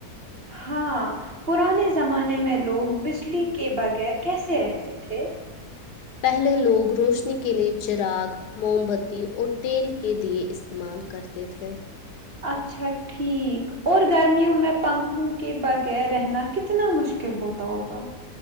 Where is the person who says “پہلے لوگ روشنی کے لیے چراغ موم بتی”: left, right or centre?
Left